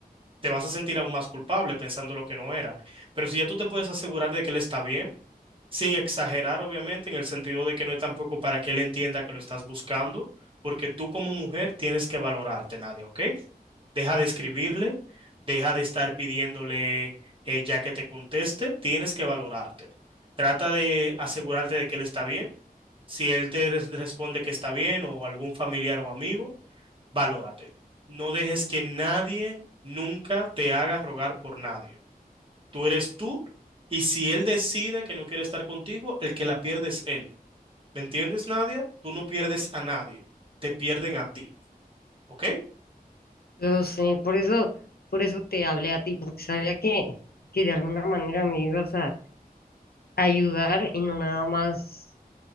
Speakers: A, on the right (about 35°); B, on the left (about 80°).
A: te vas a sentir aún más culpable pensando lo que no era. Pero si ya tú te puedes asegurar de que él está bien, sin exagerar, obviamente, en el sentido de que no es tampoco para que él entienda que lo estás buscando, porque tú como mujer tienes que valorarte, Nadia, ¿ok? Deja de escribirle, deja de estar pidiéndole eh, ya que te conteste, tienes que valorarte. Trata de asegurarte de que él está bien. Si él te res- responde que está bien o algún familiar o amigo, valórate. No dejes que nadie nunca te haga rogar por nadie. Tú eres tú y si él decide que no quiere estar contigo, el que la pierde es él. ¿Me entiendes, Nadia? Tú no pierdes a nadie, te pierden a ti, ¿ok?
B: Lo sé, por eso, por eso te hablé a ti, porque sabía que, que de alguna manera me ibas a ayudar y no nada más